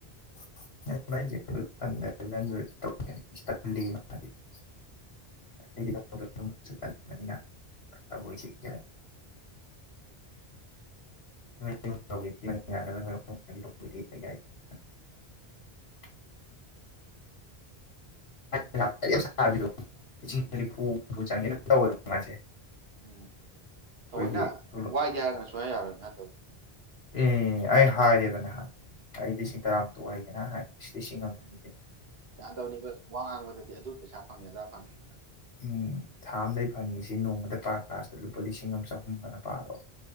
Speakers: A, on the left (about 80°); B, on the right (about 70°).
A: ꯃꯥꯕꯅꯤꯅ ꯇꯧꯔꯣꯏꯁ <inaudible> <unintelligible> ꯕꯤꯔꯣ ꯂꯤꯁꯤꯡꯅꯤꯐꯨ
B: ꯎꯝ
A: ꯍꯨꯝꯐꯨ ꯆꯪꯉꯦꯅ ꯇꯧꯗ ꯃꯥꯁꯦ
B: ꯎꯝ
A: ꯑꯩꯈꯣꯏꯒꯤ
B: ꯊꯑꯣꯏꯅ
A: ꯇꯣꯂꯣꯞ
B: ꯋꯥꯏꯒꯦ ꯍꯥꯏꯔꯒꯅ ꯁꯨꯡꯌꯥ ꯌꯥꯔꯣꯏꯅ ꯃꯅꯥ ꯇꯧꯔꯤꯕ
A: ꯎꯝ ꯑꯩ ꯍꯥꯏꯔꯦꯕ ꯅꯍꯥꯟ ꯑꯩ ꯂꯤꯁꯤꯡ ꯇꯔꯥꯃꯨꯛꯇꯛ ꯑꯣꯏꯒꯦꯅꯍ ꯍꯥꯏ ꯂꯤꯁꯤꯡ ꯑꯃ ꯑꯅꯤꯗꯅꯤ
B: ꯌꯥ ꯇꯕꯅꯤꯕ ꯋꯥꯉ ꯑꯗꯨꯗꯗꯤ ꯑꯗꯨ ꯄꯩꯁꯥ ꯐꯪꯉꯦ ꯑꯗꯥ ꯐꯪꯉꯦꯅꯥ ꯌꯥꯝ
A: ꯎꯝ ꯊꯥ ꯑꯝꯗꯩ ꯐꯪꯉꯤꯁꯤ ꯅꯣꯡꯃꯗ ꯄꯥꯔ ꯀ꯭ꯂꯥꯁꯇ ꯂꯨꯄꯥ ꯂꯤꯁꯤꯡ ꯑꯃ ꯆꯍꯨꯝꯅ ꯄꯥꯔꯣ